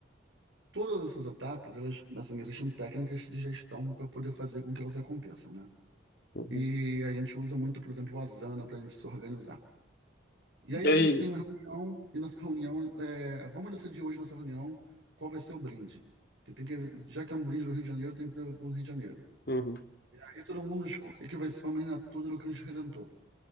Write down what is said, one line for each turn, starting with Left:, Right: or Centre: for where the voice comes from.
Right: Todas essas etapas, elas, assim, existem técnicas de gestão para poder fazer com que elas aconteçam, né?
Left: uhum.
Right: E a gente usa muito, por exemplo, o Asana para a gente se organizar. E aí
Left: E
Right: a
Left: aí,
Right: gente tem uma reunião, e nessa reunião, é, vamos decidir hoje nessa reunião qual vai ser o brinde. Que tem que, já que é um brinde do Rio de Janeiro, tem que ter a ver com o Rio de Janeiro.
Left: uhum,
Right: E aí todo mundo escolhe que vai ser uma miniatura do Cristo Redentor,